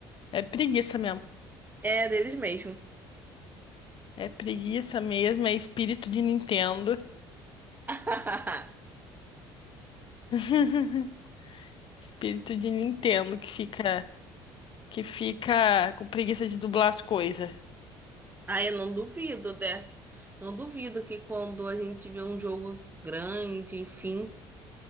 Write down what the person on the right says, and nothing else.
É deles mesmo.
<laughs>
Ah, eu não duvido dessa. Não duvido que quando a gente vê um jogo grande, enfim,